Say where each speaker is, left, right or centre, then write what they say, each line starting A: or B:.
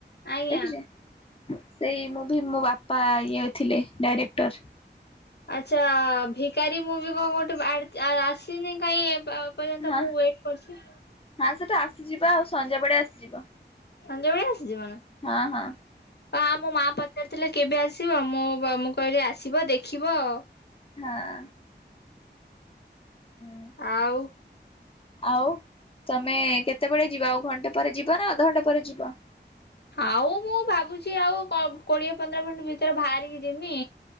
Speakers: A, on the left; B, on the left.
A: ଆଜ୍ଞା।
B: ଦେଖିଛେ ସେଇ ମୁଁ ମୁଭି ମୋ ବାପା ଇଏ ଥିଲେ ଡାଇରେକ୍ଟର।
A: ଆଚ୍ଛା ଭିକାରୀ ମୁଭି କଣ ଗୋଠେ ଭା ଆସିନି କହିଁ ଏ ପ ଏ ପର୍ଯ୍ୟନ୍ତ
B: ହଁ
A: ମୁଁ ୱେଟ୍ କରଚି।
B: ହଁ ସେଟା ଆସିଯିବା ଆଉ ସନ୍ଧ୍ୟା ବେଳେ ଆସିଯିବ।
A: ସଞ୍ଜବେଳେ ଆସିଯିବ ନା?
B: ହଁ ହଁ
A: ଆ ମୋ ମୋ ମା ପ ପଚାରୁ ଥିଲେ କେବେ ଆସିବ ମୁଁ ମୁଁ କହିଲି ଆସିବ ଦେଖିବ
B: ହଁ। ହୁଁ
A: ଆଉ?
B: ଆଉ ତମେ କେତେବେଳେ ଯିବ ଆଉ ଘଣ୍ଟେ ପରେ ଯିବ ନା ଅଧଘଣ୍ଟା ପରେ ଯିବ?
A: ଆଉ ମୁଁ ଭାବୁଚି ଆଉ କ- କୋଡିଏ ପନ୍ଦର ମିନିଟ୍ ଭିତରେ ବାହାରିକି ଯିମି